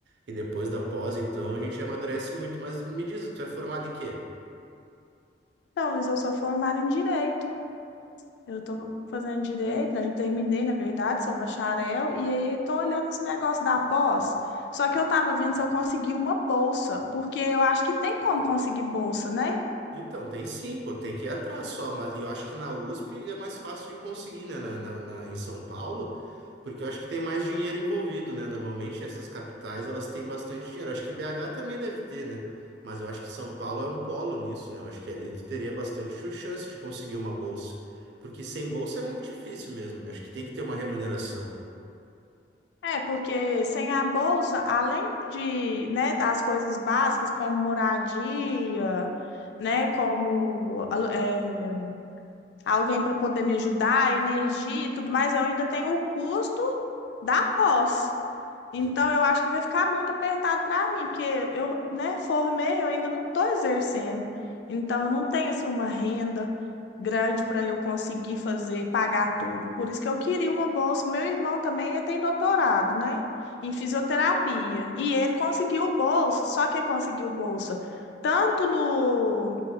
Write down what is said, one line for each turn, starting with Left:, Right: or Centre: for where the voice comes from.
Right: E depois da pós, então, a gente amadurece muito. Mas me diz, tu é formado em quê?
Left: Então, Luiz, eu sou formada em direito. Eu estou fazendo direito, né? Já terminei, na verdade, sou bacharel, e aí estou olhando esse negócio da pós. Só que eu estava vendo se eu consegui uma bolsa, porque eu acho que tem como conseguir bolsa, né?
Right: Então, tem sim, pô, tem que ir atrás só, mas eu acho que na USP é mais fácil de conseguir, né, na, na- na- em São Paulo, porque eu acho que tem mais dinheiro envolvido, né, normalmente essas capitais, elas têm bastante dinheiro, acho que BH também deve ter, né, mas eu acho que São Paulo é um polo nisso, né, eu acho que ali tu teria bastante chu- chance de conseguir uma bolsa, porque sem bolsa é muito difícil mesmo, né, acho que tem que ter uma remuneração.
Left: É, porque sem a bolsa, além de, né, das coisas básicas como moradia, né, como alu- é, alguém para poder me ajudar, energia e tudo mais, eu ainda tenho o custo da pós. Então,
Right: Eu-
Left: eu acho que vai ficar muito apertado para mim, porque eu, né, formei, eu ainda não estou exercendo. Então, eu não tenho assim uma renda grande para eu conseguir fazer, pagar tudo. Por isso que eu queria uma bolsa. O meu irmão também, ele tem doutorado, né, em fisioterapia. E ele conseguiu bolsa, só que ele conseguiu bolsa tanto no